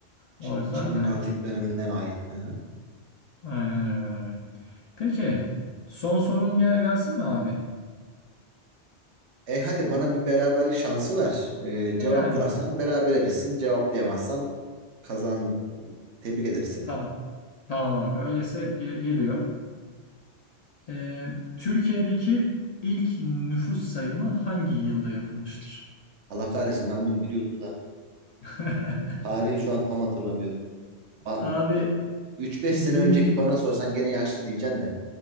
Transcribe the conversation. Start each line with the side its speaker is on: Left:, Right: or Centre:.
Left: O
Right: Ç-
Left: yüzden
Right: Çin'in
Left: evet.
Right: antik dönemine ait. Hı hı.
Left: Aynen öyle abi. Peki son sorun gel gelsin mi abi?
Right: E hadi bana bir beraberlik şansı ver. E, cevaplarsam
Left: E yani
Right: berabere bitsin. Cevaplayamazsam kazan. Tebrik ederiz seni.
Left: tamam. Tamam abi. Öyleyse ge- geliyor. Ee, Türkiye'deki ilk nüfus sayımı hangi yılda yapılmıştır?
Right: Allah kahretsin ben bunu biliyordum da
Left: <laughs>
Right: tarihi şu an tam hatırlamıyorum. Ba-
Left: Abi
Right: e, 3-5
Left: bin...
Right: sene önceki bana sorsan gene yaşlı diyeceksin de.